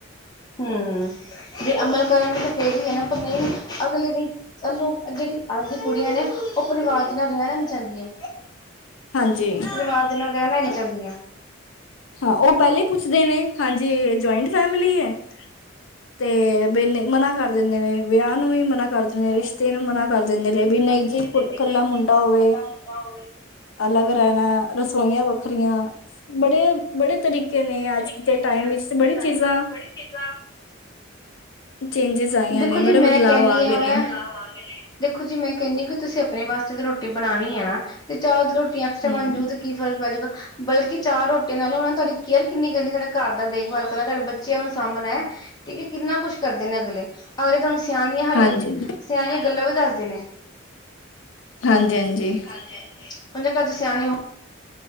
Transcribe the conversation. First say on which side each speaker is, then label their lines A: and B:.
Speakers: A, on the left (about 20°); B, on the left (about 70°).
A: ਹੂ, ਜ ਅਮਲ ਕਰਨਗੇ, ਤਾਂ ਫੇਰ ਹੀ ਹੈ ਨਾ, ਪਰ ਨਹੀਂ ਅਗਲੇ ਨੇ ਚ ਜਿਹੜੀ ਆ ਦੀ ਕੁੜੀਆਂ ਨੇ, ਉਹ ਪਰਿਵਾਰ ਦੇ ਨਾਲ ਰਹਿਣਾ ਨੂੰ ਚਾਹਦੀਆਂ
B: ਹਾਂਜੀ
A: ਪਰਿਵਾਰ ਦੇ ਨਾਲ ਰਹਿਣਾ ਹੀ ਨੀ ਚਾਨਦੀਆਂ
B: ਹਾਂ ਉਹ ਪਹਿਲੇ ਪੁੱਛਦੇ ਨੇ, ਹਾਂਜੀ ਜਆਇੰਟ ਫੈਮਲੀ ਹੈ ਤੇ ਬਿਨ ਮਨਾ ਕਰ ਦਿੰਦੇ ਨੇ, ਵਿਆਹ ਨੂੰ ਵੀ ਮਨਾ ਕਰ ਦਿੰਦੇ ਨੇ ਰਿਸ਼ਤੇ ਨੂੰ ਮਨਾ ਕਰ ਦਿੰਦੇ ਨੇ, ਬ ਨਹੀਂ ਜੀ
A: ਕਦੇ ਵੀ
B: ਇਕੱਲਾ
A: ਨਹੀਂ
B: ਮੁੰਡਾ
A: ਜ ਕੁ ਇਕੱਲਾ
B: ਹੋਵੇ
A: ਮੁੰਡਾ ਹੋਵੇ
B: ਅਲੱਗ ਰਹਿਣਾ ਰਸੋਈਆਂ ਵੱਖਰੀਆਂ, ਬੜੇ ਬੜੇ ਤਰੀਕੇ ਨੇ ਅੱਜ
A: ਨੇ
B: ਦੇ ਟਾਈਮ
A: ਅੱਜ
B: ਵਿੱਚ ਤੇ
A: ਦੇ
B: ਬੜੀ
A: ਟਾਈਮ
B: ਚੀਜ਼ਾਂ
A: ਵਿੱਚ ਬੜੀ ਚੀਜ਼ਾਂ
B: ਚੇਂਜਿਸ ਆਈਆਂ
A: ਦੇਖੋ
B: ਨੇ
A: ਜੀ
B: ਬੜੇ
A: ਮੈਂ
B: ਬਦਲਾਵ
A: ਕਹਿੰਣੀਦੀ
B: ਗਏ
A: ਆ ਵੈਂ
B: ਨੇ
A: ਦੇਖੋ ਜੀ ਮੈਂ ਕਹਿੰਦੀ ਕਿ ਤੁਸੀਂ ਆਪਣੇ ਵਾਸਤੇ ਤਾਂ ਰੋਟੀ ਬਣਾਉਣੀ ਹੈ ਨਾ, ਤੇ ਚਾਹ ਰੋਟੀ ਐਕਸਟਰਾ
B: ਹਮ
A: ਬਣ ਜਾੂ ਕੀ ਫਰਕ ਪੈਜਊਗਾ, ਬਲਕਿ ਚਾਰ ਰੋਟੀਆਂ ਨਾਲ ਉਹਨਾਂ ਨੇ ਤੁਹਾਡੀ ਕੇਅਰ ਕਿੰਨੀ ਕਰਨੀ ਤੁਹਾਡੇ ਘਰ ਦਾ ਦੇਖਭਾਲ ਕਰਨਾ, ਤੁਹਾਡੇ ਬੱਚਿਆਂ ਨੂੰ ਸਾਂਭਣਾ ਹੈ, ਠੀਕ ਹੈ ਕਿੰਨਾ ਕੁਛ ਕਰਦੇ ਨੇ ਅਗਲੇ ਅਗਲੇ ਤੁਹਾਨੂੰ ਸਿਆਣੀਆਂ ਹਰ
B: ਹਾਂਜੀ
A: ਸਿਆਣੀਆਂ ਗੱਲਾਂ ਵੀ ਦੱਸਦੇ ਨੇ।
B: ਹਾਂਜੀ -ਹਾਂਜੀ।
A: ਹਾਂਜੀ -ਹਾਂਜੀ, ਹੁਣ ਜੇਕੱਜ ਸਿਆਣੇ ਹੋ